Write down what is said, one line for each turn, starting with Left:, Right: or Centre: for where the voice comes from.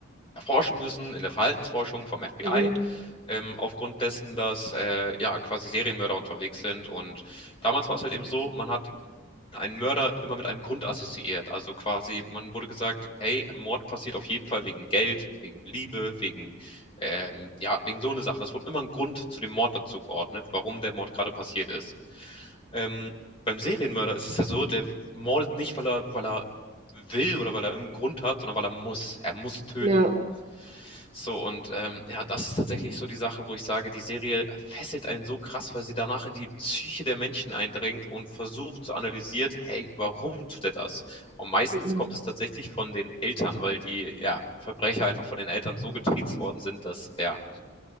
Left: erforschen müssen in der Verhaltensforschung vom FBI,
Right: Mhm.
Left: ähm, aufgrund dessen, dass äh, ja quasi Serienmörder unterwegs sind. Und damals war es halt eben so, man hat einen Mörder immer mit einem Grund assoziiert. Also quasi, man wurde gesagt, hey, Mord passiert auf jeden Fall wegen Geld, wegen Liebe, wegen, ähm, ja, wegen so eine Sache. Es wurde immer ein Grund zu dem Mord dazu geordnet, warum der Mord gerade passiert ist. Ähm, beim Serienmörder ist es ja so, der mordet nicht, weil er, weil er will oder weil er irgendeinen Grund hat, sondern weil er muss. Er muss töten.
Right: Ja.
Left: So, und ähm, ja, das ist tatsächlich so die Sache, wo ich sage, die Serie fesselt einen so krass, weil sie danach in die Psyche der Menschen eindringt und versucht zu analysieren, hey, warum tut er das? Und meistens
Right: Mhm.
Left: kommt es tatsächlich von den Eltern, weil die ja, Verbrecher einfach von den Eltern so getriezt worden sind, dass ja,